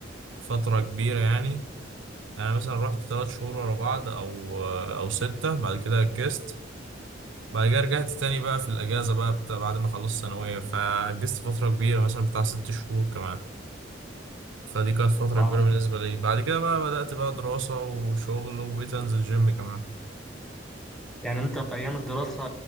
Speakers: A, on the right; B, in the centre.
A: فترة كبيرة يعني يعني انا مثلا رحت ثلاث شهور ورا بعض او او ستة بعد كده اجزت بعد كده رجعت تاني بقى في الاجازة بقى بتاع بعد ما خلصت ثانوية فاجزت فترة كبيرة مثلا بتاع ست شهور كمان فدي كانت فترة
B: آه.
A: كبيرة بالنسبة لي بعد كده بقى بدأت بقى دراسة وشغل وبقيت انزل جيم كمان
B: يعني انت في ايام الدراسة